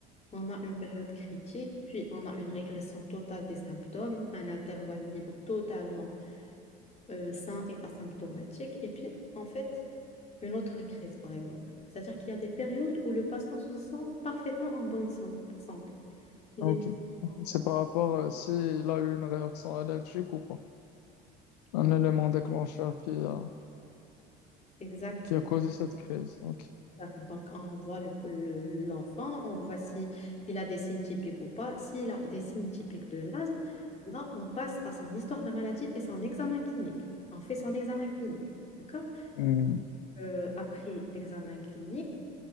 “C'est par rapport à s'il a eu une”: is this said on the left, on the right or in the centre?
Left